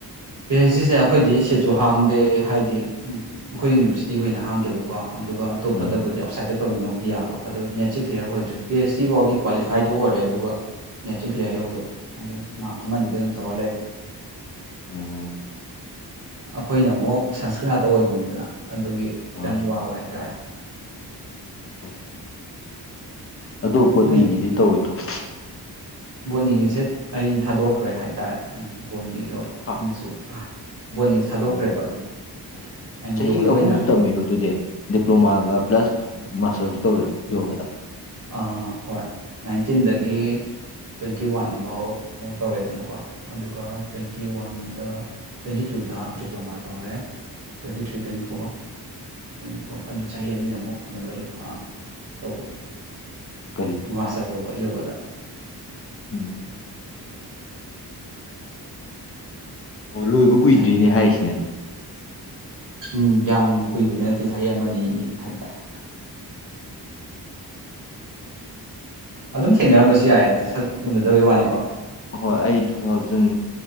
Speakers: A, on the right; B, on the left.
A: ꯄꯤ ꯑꯩꯩꯆ ꯁꯤꯁꯦ ꯑꯩꯈꯣꯏꯗꯤ ꯁꯤꯠꯁꯨ ꯍꯥꯡꯗꯦ ꯍꯥꯏꯗꯤ ꯑꯩꯈꯣꯏ ꯌꯨꯅꯤꯚꯔꯁꯤꯇꯤꯒꯤ ꯑꯣꯏꯅ ꯍꯥꯡꯗꯦꯕꯀꯣ ꯑꯗꯨꯒ ꯑꯇꯣꯞꯄꯗꯕꯨꯗꯤ
B: ꯎꯝ
A: ꯑꯥꯎꯁꯥꯏꯠꯇ ꯇꯧꯅꯤꯡꯉꯕꯗꯤ ꯌꯥꯕ ꯑꯗꯣ ꯅꯦꯠꯁꯦ ꯀ꯭ꯂꯤꯌꯥꯔ ꯑꯣꯏꯗ꯭ꯔꯦ ꯄꯤ ꯑꯩꯆ ꯗꯤ ꯐꯥꯎꯗꯤ ꯀ꯭ꯋꯥꯂꯤꯐꯥꯏꯗꯨ ꯑꯣꯏꯔꯦ ꯑꯗꯨꯒ ꯅꯦꯠ꯭ꯔꯤꯛ ꯀꯦꯌꯔ ꯌꯧꯗꯕ ꯑꯗꯨ ꯃꯥ ꯑꯃꯅꯤ ꯑꯅꯤꯗ ꯑꯗꯨꯝ ꯇꯧꯔ ꯂꯩꯔꯦ
B: ꯎꯝ
A: ꯑꯩꯈꯣꯏꯅ ꯑꯃꯨꯛ ꯁꯪꯁꯀ꯭ꯔꯤꯠ ꯉꯥꯛꯇ ꯑꯣꯏꯕꯅꯤꯗꯅ ꯑꯗꯨꯒꯤ
B: ꯑꯥ
A: ꯈꯤꯇꯪ ꯋꯥꯕ ꯍꯥꯏꯇꯥꯔꯦ
B: ꯍꯣꯏ ꯍꯣꯏ
A: ꯎꯝ
B: ꯑꯗꯨꯣ ꯕꯣꯠꯅꯤꯒꯤꯗꯤ
A: ꯅꯣꯏ
B: ꯇꯧꯔꯣꯏ ꯊꯣꯛ
A: ꯕꯣꯅꯤꯒꯤꯁꯦ ꯑꯩ ꯊꯥꯗꯣꯛꯈ꯭ꯔꯦ ꯍꯥꯏꯇꯥꯔꯦ ꯕꯣꯅꯤꯒꯤꯗꯣ
B: ꯍꯥ
A: ꯑꯩꯅꯁꯨ ꯕꯣꯅꯤꯁꯦ ꯊꯥꯗꯣꯛꯈ꯭ꯔꯦꯕ
B: ꯑꯣ
A: ꯑꯗꯨꯝ
B: ꯑꯣ
A: ꯑꯩꯅ
B: ꯆꯍꯤ
A: ꯌꯣꯒꯗ ꯑꯣꯏꯅ
B: ꯑꯍꯨꯝ ꯇꯝꯕꯤꯔꯣ ꯑꯗꯨꯗꯤ ꯗꯤꯄ꯭ꯂꯣꯃꯥꯒ ꯄ꯭ꯂꯁ ꯃꯥꯁꯇꯔꯁꯨ ꯇꯧꯔꯤ ꯌꯣꯒꯗ
A: ꯑꯥ ꯍꯣꯏ ꯅꯥꯏꯟꯇꯤꯟꯗꯒꯤ ꯇ꯭ꯋꯦꯟꯇꯤ ꯋꯥꯟ ꯐꯥꯎ ꯃꯨꯛ ꯇꯧꯔꯦꯗꯅꯀꯣ ꯑꯗꯨꯒ ꯇ꯭ꯋꯦꯟꯇꯤ ꯋꯥꯟꯗ ꯇ꯭ꯋꯦꯟꯇꯤ ꯇꯨꯗ ꯗꯤꯄ꯭ꯂꯣꯃꯥ ꯇꯧꯔꯦ twenty three twenty four twenty four ꯑꯗꯨ ꯆꯍꯤ ꯑꯅꯤꯗ ꯑꯃꯨꯛ ꯀꯩꯅꯣꯗ ꯑꯥ ꯇꯧꯕ
B: ꯀꯔꯤꯗ
A: ꯃꯁꯇꯦꯔ ꯇꯧꯕ ꯌꯧꯕꯗ
B: ꯎꯝ ꯑꯣ ꯂꯣꯏꯕ ꯀꯨꯏꯗ꯭ꯔꯤꯅꯦ
A: ꯆꯥꯏ
B: ꯍꯥꯏꯔꯤꯁꯤꯅꯗꯤ
A: ꯎꯝ ꯌꯥꯝ ꯀꯨꯏꯕꯗꯤ ꯅꯠꯇꯦ ꯆꯍꯤ ꯑꯃꯅꯤ ꯍꯥꯏꯇꯥꯔꯦ ꯑꯗꯨꯝ ꯊꯦꯡꯅꯔꯝꯕꯁꯨ ꯌꯥꯏꯌꯦꯗ ꯁꯛ ꯎꯅꯗꯕꯩ ꯋꯥꯅꯤꯀꯣ
B: ꯍꯣꯏ ꯑꯩ ꯇꯨ ꯊꯥꯎꯖꯟ